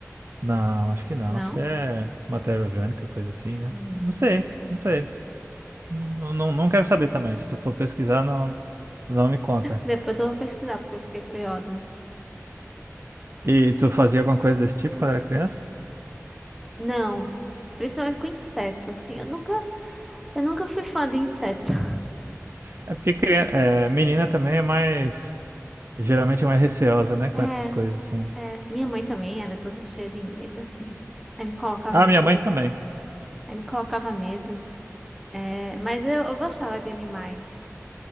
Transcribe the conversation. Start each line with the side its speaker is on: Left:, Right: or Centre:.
Right: Não, acho que não.
Centre: Não?
Right: Acho que é matéria orgânica, coisa assim, né?
Centre: Hum.
Right: Não sei, não sei. Não, não, não quero saber também. Se tu for pesquisar, não, não me conta.
Centre: Depois eu vou pesquisar, porque eu fiquei curiosa.
Right: E tu fazia alguma coisa desse tipo quando era criança?
Centre: Não, principalmente com inseto, assim. Eu nunca, eu nunca fui fã de inseto. <laughs>
Right: É porque crian- é, menina também é mais, geralmente é mais receosa, né? Com
Centre: É,
Right: essas coisas assim.
Centre: é. Minha mãe também era toda cheia de medo, assim. Aí me colocava
Right: Ah,
Centre: medo.
Right: minha mãe também.
Centre: Aí me colocava medo. É, mas eu, eu gostava de animais.